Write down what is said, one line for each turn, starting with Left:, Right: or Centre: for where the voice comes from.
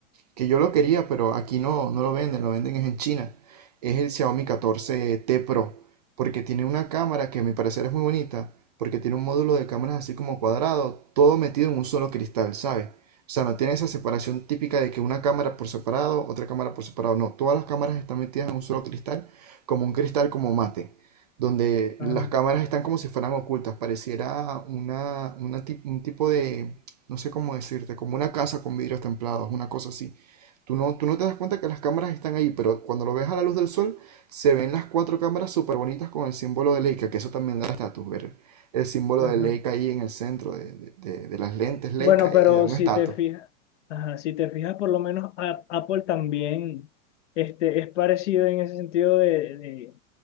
Right: que yo lo quería, pero aquí no, no lo venden, lo venden es en China. Es el Xiaomi 14T Pro, porque tiene una cámara que a mi parecer es muy bonita, porque tiene un módulo de cámaras así como cuadrado, todo metido en un solo cristal, ¿sabes? O sea, no tiene esa separación típica de que una cámara por separado, otra cámara por separado, no, todas las cámaras están metidas en un solo cristal, como un cristal como mate, donde
Left: Ajá,
Right: las cámaras están como si fueran ocultas, pareciera una, una tip- un tipo de, no sé cómo decirte, como una casa con vidrios templados, una cosa así. Tú no, tú no te das cuenta que las cámaras están ahí, pero cuando lo ves a la luz del sol, se ven las cuatro cámaras súper bonitas con el símbolo de Leica, que eso también da estatus, ver el símbolo
Left: ajá.
Right: de Leica ahí en el centro de, de- de- de las lentes Leica,
Left: Bueno,
Right: eh,
Left: pero
Right: da un
Left: si
Right: estatus.
Left: te fijas, ajá, si te fijas, por lo menos a- Apple también este, es parecido en ese sentido de, de-